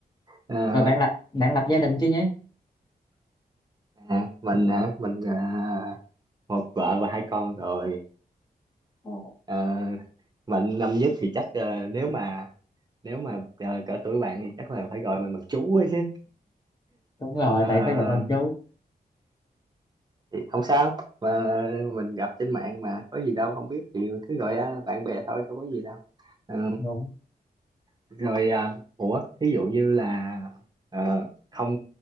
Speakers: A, on the right; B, on the left.
A: Ờ,
B: rồi bạn lập bạn lập gia đình chứ nhé
A: à, mình hả mình à, một vợ và hai con rồi
B: Ờ,
A: Ờ, mạnh năm nhất thì chắc ờ, nếu mà nếu mà ờ, cỡ tuổi bạn thì chắc là phải gọi mình bằng chú ấy chứ
B: đúng rồi
A: Ờ,
B: tại phải gặp anh chú
A: thì không sao mà mình gặp trên mạng mà có gì đâu không biết thì cứ gọi ờ, bạn bè thôi đâu có gì đâu Ờ,
B: đúng
A: rồi ờ, ủa thí dụ như là ờ, không